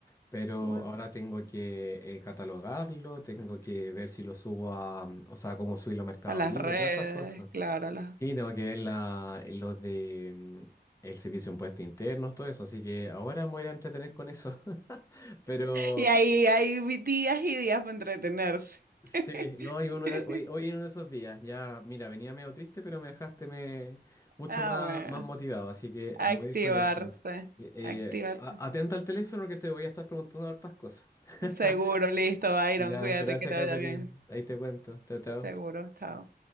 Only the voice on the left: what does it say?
pero
ahora tengo que eh, catalogarlo, tengo que ver si lo subo a, mm, o sea, cómo subirlo a Mercado
Libre,
todas esas cosas.
Y tengo que ver la, eh, los de mm, el servicio de impuestos internos, todo eso, así que ahora me voy a ir a entretener con eso. <laughs> Pero,
Sí,
no, hoy, uno de- hoy, hoy en uno de esos días, ya, mira, venía medio triste, pero me dejaste me, mucho
más,
más motivado, así que
voy a ir con eso. Eh,
a- atenta al teléfono que te voy a estar preguntando hartas cosas. <laughs>
Ya,
gracias,
Catherine.
Ahí te cuento. Chao, chao.